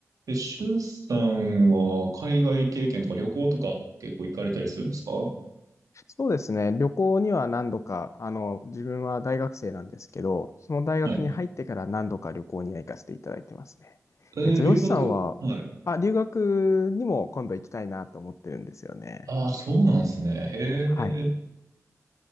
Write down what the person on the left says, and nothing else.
そうですね。旅行には何度か、あの、自分は大学生なんですけど、その大学に入ってから何度か旅行には行かせていただいてますね。
えっと、ヨシさんは、あ、留学にも今度行きたいなと思ってるんですよね。
はい。